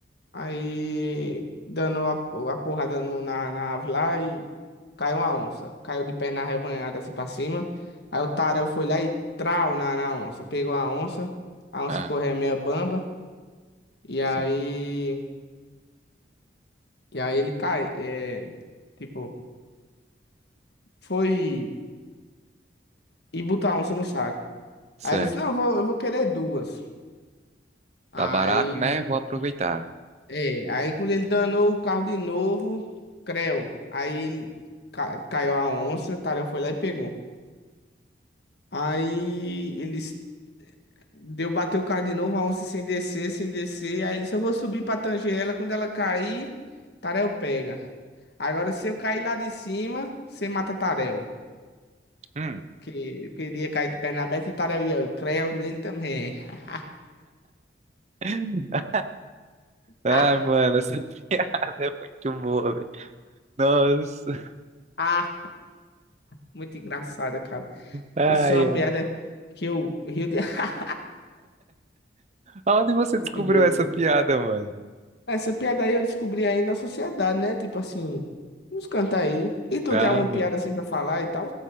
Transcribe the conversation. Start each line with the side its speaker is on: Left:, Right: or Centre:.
Left: Aí dando a, a porrada no, na, na árvore lá e caiu uma onça. Caiu de perna arrebanhada assim pra cima. Aí o Tarel foi lá e trau na, na onça. Pegou a onça, a onça
Right: Ah,
Left: ficou ré meia bamba. E aí.
Right: sim.
Left: E aí ele cai, é, tipo, foi e botou a onça no saco.
Right: Certo.
Left: Aí ele disse, não, eu vou, eu vou querer duas. Aí,
Right: Tá barato, né? Vou aproveitar.
Left: é, aí quando ele danou o carro de novo, creu. Aí ele ca- caiu a onça, o Tarel foi lá e pegou. Aí eles deu bater o carro de novo, a onça sem descer, sem descer. Aí ele disse, eu vou subir pra tanger ela, quando ela cair, Tarel pega. Agora se eu cair lá de cima, você mata Tarel.
Right: Hum.
Left: Que que ele ia cair de perna aberta e Tarel ia creu nele também. <laughs>
Right: <laughs> Ai,
Left: Ah,
Right: mano, essa <laughs> piada é muito boa, velho. Nossa.
Left: ah, muito engraçada, cara.
Right: Ai,
Left: Isso é uma
Right: ai.
Left: piada que eu rio de. <laughs>
Right: Onde você
Left: Muito
Right: descobriu
Left: boa,
Right: essa
Left: cara.
Right: piada, mano?
Left: Essa piada aí eu descobri aí na sociedade, né? Tipo assim, uns cantar aí. E tu
Right: Ah,
Left: tem alguma
Right: mano.
Left: piada assim pra falar e tal?